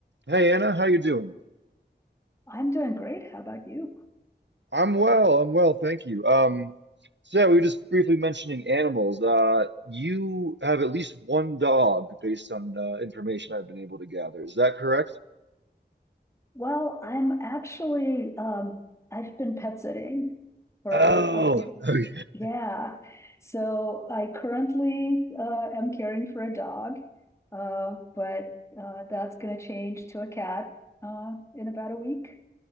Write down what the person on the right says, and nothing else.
Hey Anna, how you doing?
I'm well, I'm well, thank you. Um, so yeah, we were just briefly mentioning animals. Uh, you have at least one dog based on uh, information I've been able to gather. Is that correct?
Oh,
Okay.